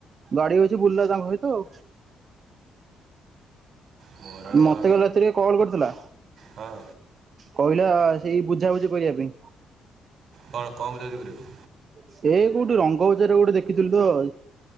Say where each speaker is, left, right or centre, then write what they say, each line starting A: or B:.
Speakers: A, on the right (about 45°); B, on the right (about 60°).
A: ଗାଡି ଅଛି ବୁର୍ଲା ତାଙ୍କ ସହିତ ଆଉ।
B: ମୋର କାଁ
A: ମତେ ରାତିରେ କଲ କରିଥିଲା।
B: ହଁ
A: କହିଲା ସେଇ ବୁଝାବୁଝି କରିବା ପାଇଁ।
B: କଣ କ ବୁଝା ବୁଝି କରିବି?
A: ସେ କୋଉଠି ରଙ୍ଗ କୋଉଚାର ଗୋଟେ ଦେଖିଥିଲୁ ତ ଆଉ।